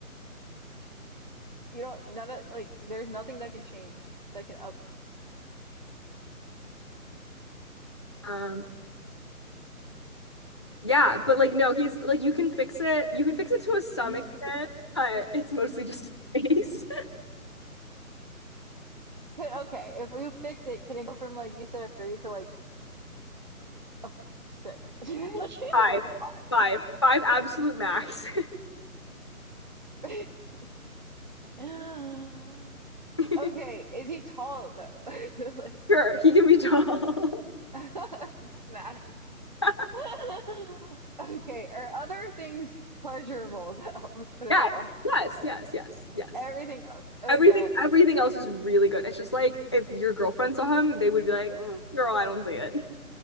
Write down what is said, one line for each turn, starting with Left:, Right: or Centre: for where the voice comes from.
Right: you don't none of like there's nothing that can change that can up
Left: um, yeah, but like no, he's like you can fix it. You can fix it to a some
Right: <laughs>
Left: extent,
Right: Could-
Left: but it's mostly just his face.
Right: Okay, if you fix it, can it go from like you said a three to like a f- six? <laughs> Like
Left: <laughs> Five,
Right: a five.
Left: five, five, absolute max.
Right: <gasps> <laughs>
Left: <laughs>
Right: Okay, is he tall though? <laughs> Like,
Left: Sure, he can be tall.
Right: <laughs> this matters.
Left: <laughs>
Right: <laughs> Okay, are other things pleasurable though? <laughs> Let's put it
Left: Yeah.
Right: that way.
Left: Yes, yes, yes, yes.
Right: Everything else. Okay.
Left: Everything everything else is really good. It's just like if your girlfriend saw him, they would be like, "Mm, "Girl, I don't see it." <laughs>